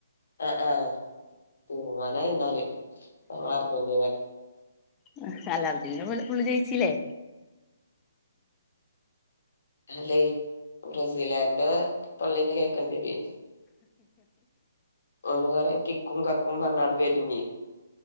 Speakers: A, on the left; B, on the left.
A: ആഹ് ആഹ് തീരുമാനായിന്നാല് ഓൻ അർജന്റിന്നെ
B: <unintelligible> ഫുൾ ഫുള്ള് ജയിച്ചില്ലേ
A: അല്ലെ ബ്രസിലാരന്റെ തൊള്ളിന്ന് കേക്കണ്ടിരുവെ ഓന് കൊറെ കിക്കും കക്കും പർഞ്ഞാട്ട് വെരുംഞ്ഞെ